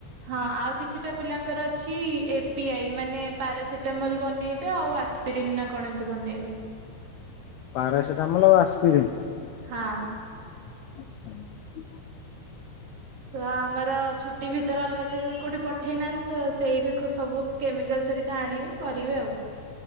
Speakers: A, on the right (about 45°); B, on the left (about 75°).
A: ହଁ ଆଉ କିଛିଟା ପିଲାଙ୍କର ଅଛି ଏ ପି ଆଇ ମାନେ ପାରାସିଟାମଲ ବନେଇବେ ଆଉ ଆ ପ୍ରିରିନା କଣ ଏମିତି ବନେଇବେ।
B: ପାରାସିଟାମଲ ଓ ଆସ୍ପିରେନ୍।
A: ହଁ।
B: ଆଚ୍ଛା ହୁ।
A: ତ ଆମର ଛୁ ଟିଭି ତାର ଅଲଗା ଯୋଉ କେଉଁଠି ପଠେଇନାହାନ୍ତି ଶା ସେଇଠୀକୁ ସବୁ କେମିକାଲସରିକା ଆଣିବେ କରିବେ ଆଉ।